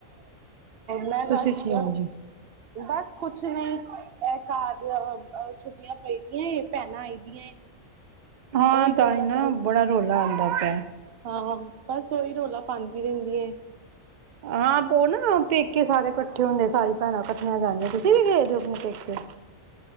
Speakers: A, on the right; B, on the right.
A: ਮੈਂ ਬਸ
B: ਤੁਸੀਂ ਸੁਣਾਓ ਜੀ?
A: ਬਸ ਕੁਛ ਨਹੀਂ ਘਰ ਛੁੱਟੀਆਂ ਪਈ ਦੀਆਂ ਭੈਣਾਂ ਆਈ ਦੀਆਂ।
B: ਹਾਂ
A: ਉਹੀ ਰੌਲਾ
B: ਤਾਂ ਹੀ ਨਾ
A: ਪਾਏ
B: ਬੜਾ ਰੌਲਾ ਆਉਂਦਾ ਪਿਆ।
A: ਹਾਂ ਬਸ ਓਹੀ ਰੌਲਾ ਪਾਉਂਦੀ ਰਹਿੰਦੀ ਏ।
B: ਹਾਂ ਉਹ ਨਾ ਪੇਕੇ ਸਾਰੇ ਇਕੱਠੇ ਹੁੰਦੇ ਸਾਰੀ ਭੈਣਾਂ ਇਕੱਠੀਆਂ ਜਾਂਦੀਆਂ ਤੁਸੀਂ ਵੀ ਗਏ ਦੇ ਹੋ ਆਪਣੇ ਪੇਕੇ।